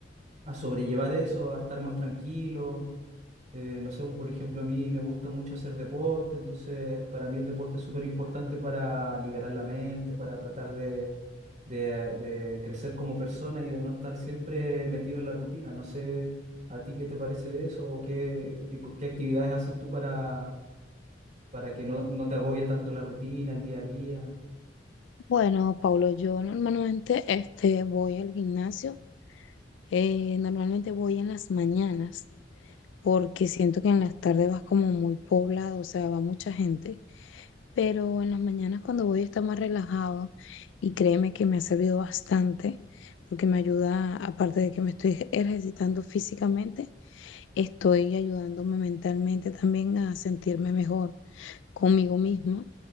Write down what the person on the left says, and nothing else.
Bueno, Paulo, yo normalmente este, voy al gimnasio. Eh, normalmente voy en las mañanas porque siento que en las tardes vas como muy poblado, o sea, va mucha gente. Pero en las mañanas cuando voy está más relajado y créeme que me ha servido bastante porque me ayuda, aparte de que me estoy ej- ejercitando físicamente, estoy ayudándome mentalmente también a sentirme mejor. conmigo misma